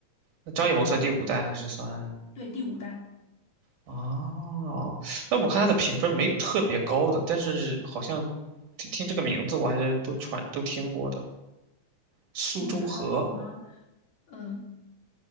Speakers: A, on the right (about 90°); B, on the left (about 60°).
A: 那张艺谋算第五代还是算？
B: 对第五代，
A: 哦，那我看他的评分没有特别高的，但是好像听听这个名字我还是都传都听过的。苏州河
B: 嗯，还有什么嗯。